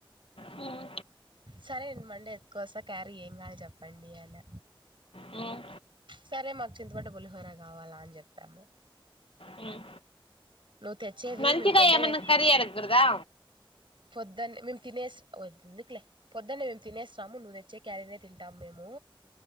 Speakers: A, on the left (about 85°); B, on the right (about 65°).
A: హ్మ్.
B: సరే నేను మండే ఎతుకోస్తా క్యారీ ఏం కాాలి చెప్పండి అన్న
A: హ్మ్.
B: సరే మాకు చింతపండు పులిహోర కావాలా అని చెప్పాము
A: హ్మ్.
B: నువ్వు తెచ్చేది
A: మంచిగా
B: మేము పొద్దునే
A: ఏమన్నా కర్రి అడగకూడదా
B: పొద్దున్న మేము తినేసిందుకులే పొద్దున్న మేము తినేసాము నువ్వు తెచ్చే క్యారీనే తింటాము మేము